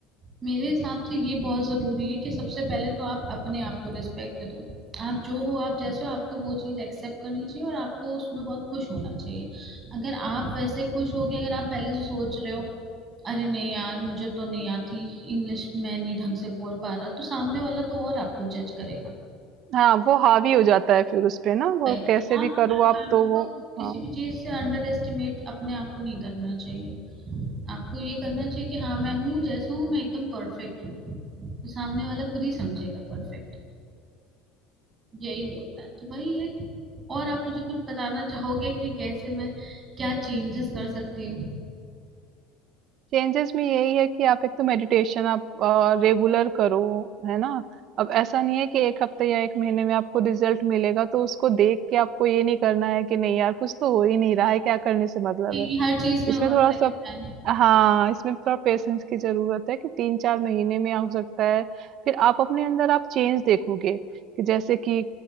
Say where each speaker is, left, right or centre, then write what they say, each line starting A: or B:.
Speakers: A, on the right; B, on the right.
A: मेरे हिसाब से ये बहुत जरूरी है कि सबसे पहले तो आप अपने आप को रिस्पेक्ट दो आप जो हो आप जैसे हो आपको वो चीज एक्सेप्ट करनी चाहिए और आपको उसमें बहुत खुश होना चाहिए अगर आप वैसे खुश हो गए अगर आप पहले से सोच रहे हो अरे नहीं यार मुझे तो नहीं आती इंग्लिश मैं नहीं ढंग से बोल पा रहा तो सामने वाला तो और आपको जज करेगा
B: हाँ वो हावी हो जाता है फिर उस पे ना वो
A: Right.
B: कैसे
A: तो आप
B: भी करो आप
A: आपको
B: तो वो
A: किसी
B: हाँ
A: भी चीज से अंडर एस्टिमेट अपने आप को नहीं करना चाहिए आपको ये करना चाहिए कि हाँ मैं हूँ जैसा हूँ मैं एकदम परफेक्ट हूँ तो सामने वाला खुद ही समझेगा परफेक्ट यही होता है तो वही है और आप मुझे कुछ बताना चाहोगे कि कैसे मैं क्या चेंजेस कर सकती हूँ
B: चेंजेस में यही है कि आप एक तो मेडिटेशन आप रेगुलर करो है ना अब ऐसा नहीं है कि एक हफ्ते या एक महीने में आपको रिजल्ट मिलेगा तो उसको देख के आपको ये नहीं करना है कि नहीं यार कुछ तो हो ही नहीं रहा है क्या करने से मतलब
A: नहीं
B: है
A: हर चीज में
B: इसमें
A: वर्क
B: थोड़ा
A: लगता
B: सा
A: है
B: हाँ, इसमें थोड़ा पेशेंस की ज़रूरत है कि 3-4 महीने में हो सकता है। फिर आप अपने अंदर आप चेंज देखोगे कि जैसे कि